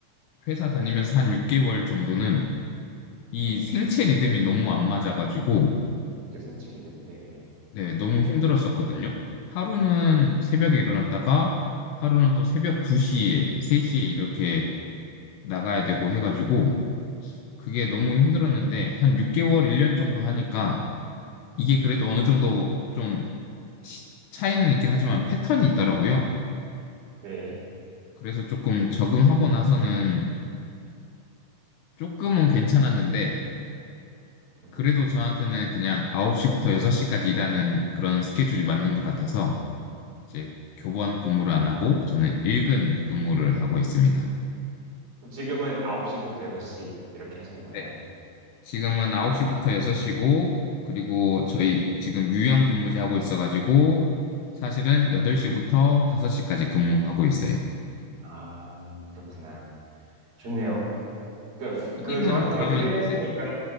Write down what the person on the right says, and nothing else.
네.
그쵸, 생체 리듬. 네네.
네.
네.
네.
음,
아,
그럼 지금은 9시부터 6시 이렇게 하시는 거예요?
아,
네.
아, 그렇구나. 좋네요. 그,
그, 저 같은
경우 프리랜서니까,